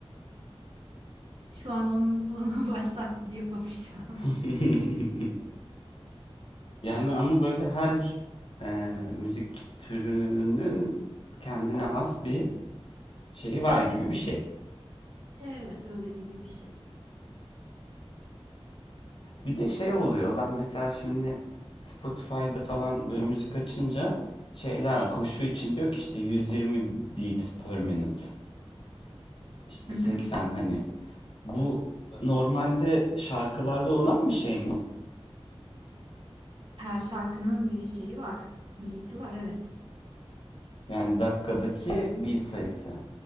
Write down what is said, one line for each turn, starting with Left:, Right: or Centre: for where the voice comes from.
Right: şu an onun, <laughs> onun vals taklidi yapamayacağım.
Left: <laughs> Yani ama böyle her e, müzik türünün kendine has bir şeyi var gibi bir şey.
Right: Evet öyle gibi bir şey.
Left: Bir de şey oluyor. Ben mesela şimdi Spotify'da falan böyle müzik açınca şeyler var. koşu için diyor ki işte 120 beats per minute. işte
Right: Hı hı.
Left: 80 hani bu normalde şarkılarda olan bir şey mi?
Right: Her şarkının bir şeyi var. Beat'i var evet.
Left: Yani dakikadaki beat sayısı.